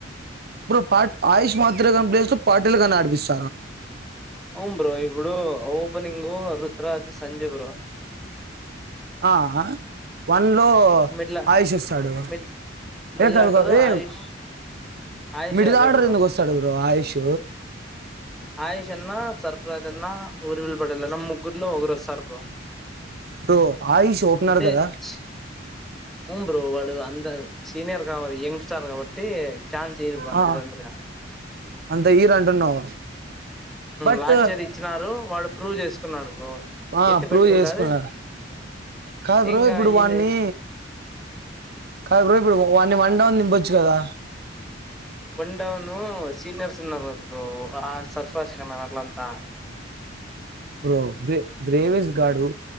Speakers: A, on the right; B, in the centre.
A: ఇప్పుడు పా ఆయుష్ మాత్రగా ప్లేస్లు పాటిటీల్ గాన్ని ఆడిపిస్తస్తుా
B: అవును బ్రో ఇప్పుడు ఓపనింగు రూత్ త్ర ది సంజు బ్రో
A: ఆహ వా అలో
B: మిడ్ల
A: ఆయుష్ వస్తాడు
B: మిడ్ మిడ్
A: ఏ కదు
B: ఆర్డర్
A: కాదు ఏ
B: ఆయుష్ ఆయుషే
A: మిడి
B: లే
A: ఆర్డర్
B: బ్రో
A: ఎందుకు వస్తాడు బ్రో ఆయుష్
B: ఆయుష్ అన్నా సర్ఫరాజ్ అన్నా ఊర్విల్ డల్ల ముగ్గురిలో ఒకరు వస్తారు బ్రో
A: బ్రో ఆయుష్ ఓపెనర్
B: అంటే
A: కదా
B: చి అవును బ్రో వాడు అంద సీనియర్ ర్ యంగ్స్టార్ కాబట్టి చాన్స్ ఇవ్వరు బ్రో
A: ఆ
B: అంత తొందరగా
A: అంత ఈర్ అంటున్నావు బట్
B: లాస్ట్ ఇయర్ ఇచ్చినారు వాడు ప్రూవ్ చేసుకున్నాడు బో
A: ఆ
B: ఎత్తి
A: ప్రూవ్
B: పెట్టుకుంటారు
A: చేసుకున్నారు కాదు బ్రో
B: ఇంగా
A: ఇప్పుడు
B: ఈయన
A: వాణ్ణి కాదు బ్రో ఇప్పుడు వన్ న్ని వన్ డౌన్ ది ఇవ్వొచ్చు కదా
B: డను సీనియర్స్ ఉన్నారంట బ్రో ఆ సర్ఫజ్ హేన్ అల్లంతా
A: బ్రో బే బ్రేవిీస్ గాడు